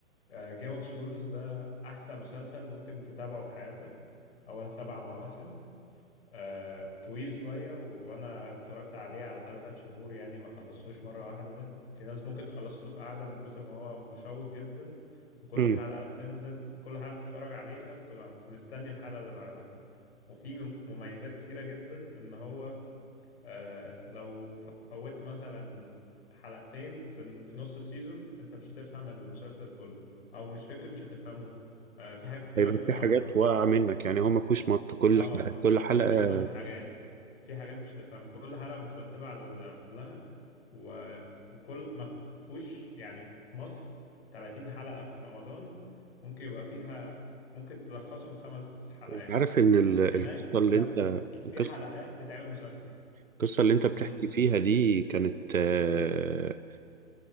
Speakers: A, on the left; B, on the right.
A: جيم اوف ثرونز ده احسن مسلسل ممكن تتابعه في حياتك هو سبع مواسم آه، طويل شوية وأنا اتفرجت عليه على ثلاث شهور يعني ما خلصتوش مرة واحدة في ناس ممكن تخلصه في قعدة من كتر ما هو مشوق جدا وكل
B: مم.
A: حلقة بتنزل كل حلقة بتتفرج عليها بتبقى مستني الحلقة اللي بعدها وفي مم- مميزات كتيرة جدا إن هو آه، لو فوتت مثلا حلقتين في في نص السيزون أنت مش هتفهم المسلسل كله أو مش فكرة مش هتفهمه آه، في حاجات كتيرة
B: هيبقى
A: هتقع
B: في حاجات
A: منك
B: واقعة منك يعني هو ما فيهوش مط كل
A: اه
B: حلقة
A: مش
B: كل حلقة
A: مش هتفهم حاجات في حاجات مش هتفهم كل حلقة مترتبة على اللي قبلها و... وكل ما فيهوش يعني في مصر 30 حلقة في رمضان ممكن يبقى فيها ممكن تلخصهم في خمس حلقات
B: انت عارف ان ال- القصه
A: هناك
B: اللي
A: لا
B: انت
A: ف- في
B: القصه
A: حلقات تتعمل مسلسل
B: القصة اللي انت بتحكي
A: امم
B: فيها دي كانت آه،